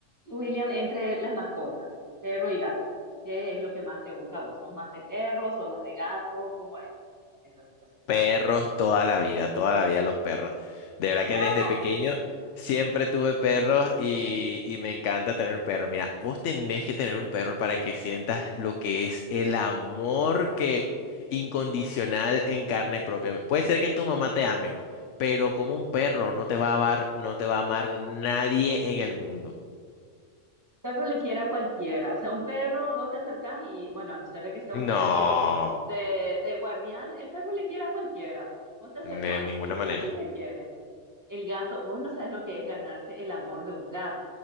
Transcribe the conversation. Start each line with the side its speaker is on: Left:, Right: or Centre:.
Right: William, entre las mascotas, perro y gato, ¿qué es lo que más te gusta a vos? ¿Sos más de perro, sos más de gato? ¿Cómo es esa situación?
Left: Perros toda la vida, toda la vida los perros. De verdad que
Right: No,
Left: desde pequeño siempre tuve perros y, y me encanta tener perros. Mira, vos tenés que tener un perro para que sientas lo que es el amor que incondicional en carne propia. Puede ser que tu mamá te ame, pero como un perro no te va a amar, no te va a amar nadie en el mundo.
Right: perro le quiere a cualquiera. O sea, un perro, vos te acercás y, bueno, a no ser de que sea
Left: No,
Right: un perro de, de guardián, el perro le quiere a cualquiera. Vos te acercás
Left: de ninguna
Right: y sí
Left: manera.
Right: o sí te quiere. El gato, vos no sabes lo que es ganarse el amor de un gato.